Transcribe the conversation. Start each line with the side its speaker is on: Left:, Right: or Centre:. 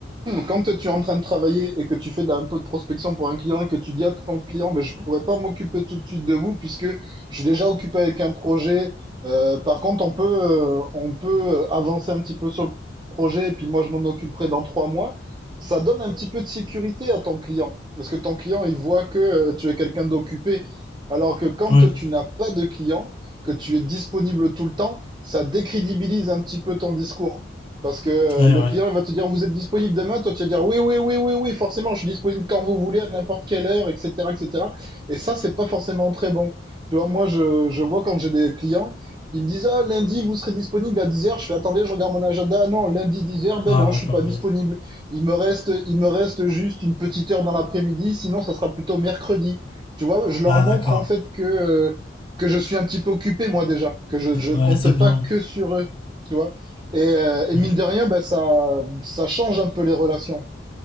Right: quand tu es en train de travailler et que tu fais de la- un peu de prospection pour un client et que tu dis à ton client, ben, je ne pourrais pas m'occuper tout de suite de vous puisque je suis déjà occupé avec un projet. Euh, par contre, on peut, euh, on peut avancer un petit peu sur le projet et puis moi, je m'en occuperai dans trois mois. Ça donne un petit peu de sécurité à ton client parce que ton client, il voit que euh, tu es quelqu'un d'occupé. Alors que quand
Left: fais. Ouais,
Right: tu n'as pas de client, que tu es disponible tout le temps, ça décrédibilise un petit peu ton discours. Parce que euh,
Left: ouais,
Right: le
Left: ouais.
Right: client, il va te dire, vous êtes disponible demain. Toi, tu vas dire, oui, oui, oui, oui, oui, forcément, je suis disponible quand vous voulez, à n'importe quelle heure, etc., etc. Et cetera. Et ça, c'est pas forcément très bon. Tu vois, moi, je, je vois quand j'ai des clients, ils me disent, ah, lundi, vous serez disponible à 10h. Je fais, attendez, je regarde mon agenda. Ah non, lundi 10h, ben
Left: Ah
Right: non, je
Left: d'accord,
Right: suis pas disponible.
Left: oui.
Right: Il me reste, il me reste juste une petite heure dans l'après-midi. Sinon, ça sera plutôt mercredi. Tu vois, je leur
Left: Ah
Right: montre,
Left: d'accord.
Right: en fait, que, euh, que je suis un petit peu occupé, moi, déjà. Que je, je compte
Left: Ouais, c'est bien.
Right: pas que sur eux. Tu vois. Et, euh, et
Left: Mm.
Right: mine de rien, ben, ça, ça change un peu les relations,